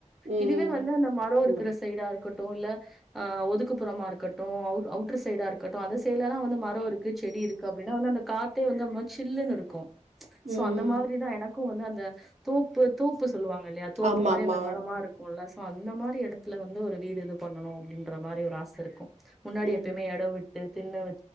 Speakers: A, on the right; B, in the centre.
A: ம்.
B: இதுவே வந்து அந்த மரோ
A: ஆமா.
B: இருக்கிற சைடா இருக்கட் டு இல்ல அ ஒதுக்குப்புறமா இருக்கட்டு அவுட்டர் சைடா இருக்கட்டு அந்த சைட்லல்லா வந்து மரொ இருக்கு செடி இருக்கு அப்டின்னா வந்து அந்த காத்தே வந்து மா சில்லுன்னு இருக்கும் சோ
A: ம்.
B: அந்த மாதி ரிதா எனக்கும் வந்து அந்த தோப்பு தோப்பு சொல்லுவாங்க இல்லையா தோப்பு
A: ஆமாமா.
B: மாரி அந்த மரமா இருக்குல்ல ஸோ அந்த மாரி இடத்துல வந்து ஒரு வீடு இது பண்ணணும் அப்படின்ற மாரி ஒரு ஆச இருக்கும் முன்னாடி
A: ம்.
B: எப்பயுமே இட விட் தின்ன